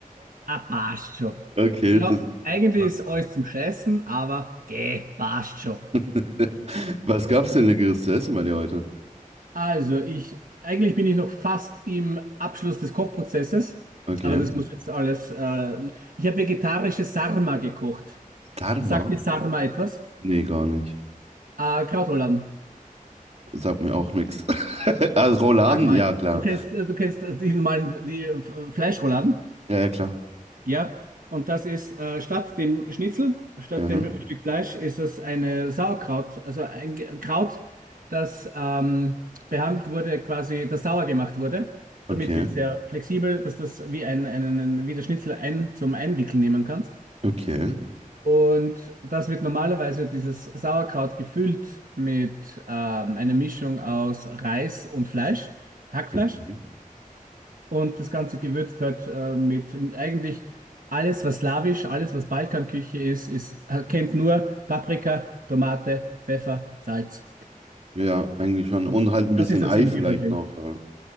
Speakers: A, on the right (about 75°); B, on the right (about 50°).
A: ah, passt schon.
B: Okay,
A: Ja,
B: das
A: eigentlich
B: passt.
A: ist alles zum Scheißen, aber geh, passt schon.
B: <laughs> Was gab's denn Leckeres zu essen bei dir heute?
A: Also, ich eigentlich bin ich noch fast im Abschluss des Kochprozesses,
B: Okay.
A: aber das muss jetzt alles. Äh, ich habe vegetarische Sarma gekocht.
B: Dharma?
A: Sagt dir Sarma etwas?
B: Nee, gar nicht.
A: Äh, Krautrouladen.
B: Sagt mir auch nichts. <laughs> Also Rouladen?
A: Sag mal,
B: Ja, klar.
A: du kennst, äh, du kennst äh, die normalen die äh, Fleischrouladen?
B: Ja, ja, klar.
A: Ja, und das ist äh, statt dem Schnitzel, statt
B: Ja,
A: dem Stück Fleisch, ist es eine Sauerkraut, also ein Ge- Kraut, das ähm, behandelt wurde, quasi, das sauer gemacht wurde.
B: okay.
A: Damit wird es sehr flexibel, dass das wie ein, einen, wie der Schnitzel ein, zum Einwickeln nehmen kannst.
B: Okay.
A: Und das wird normalerweise dieses Sauerkraut gefüllt mit ähm, einer Mischung aus Reis und Fleisch, Hackfleisch.
B: Okay.
A: Und das Ganze gewürzt halt äh, mit eigentlich alles, was slawisch, alles, was Balkanküche ist, ist, äh, kennt nur Paprika, Tomate, Pfeffer, Salz.
B: Ja, eigentlich schon.
A: Und
B: Und halt ein bisschen
A: das ist ja
B: Ei
A: ziemlich
B: vielleicht
A: übel drin.
B: noch. äh,